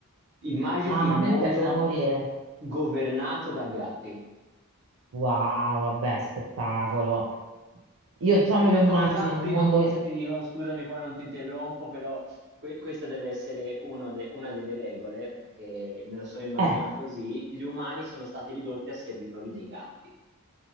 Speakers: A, on the right; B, on the right.
A: Immaginati
B: Ah,
A: il
B: ma a
A: mondo
B: me piace da morire.
A: governato da gatti.
B: Wow, vabbè, spettacolo. Io già
A: Prima
B: me lo immagino
A: cosa, prima
B: un mondo...
A: cosa ti dico, scusami, poi non ti interrompo, però que- questa deve essere uno de- una delle regole, perché me lo sono immaginato
B: Eh,
A: così, gli umani sono stati ridotti a servitori dei gatti.